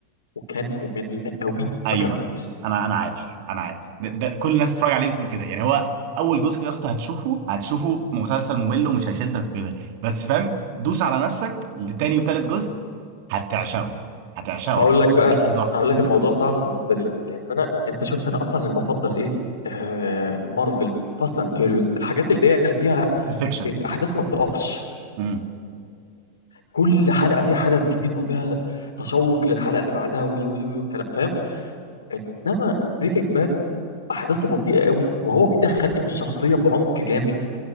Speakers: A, on the left; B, on the right.
A: وكان ممل قوي
B: ايوه
A: ما كملتش
B: انا انا عارف انا عارف ده, ده كل الناس بتتفرج عليه بتقول كده يعني هو اول جزء يا اسطى هتشوفه هتشوفه مسلسل ممل ومش هيشدك وكده بس فاهم دوس على نفسك لتاني وتالت جزء هتعشقه هتعشقه
A: هقول
B: هتشوفه
A: لك بقى
B: بجد تحفه
A: هقول لك الموضوع صعب بالنسبه لي ليه؟ لان انا انت شفت انا اصلا اللي بفضل ايه آه مارفل فاست اند فيريوس الحاجات اللي هي اللي فيها
B: بالفيكشن
A: الاحداث
B: جدا
A: ما بتقفش
B: امم
A: كل حلقه فيها حدث جديد وفيها تشوق للحلقه اللي بعدها وي وي وي والكلام فاهم انما بريكنج باد احداثه بطيئه قوي وهو بيدخلني في الشخصيه بعمق جامد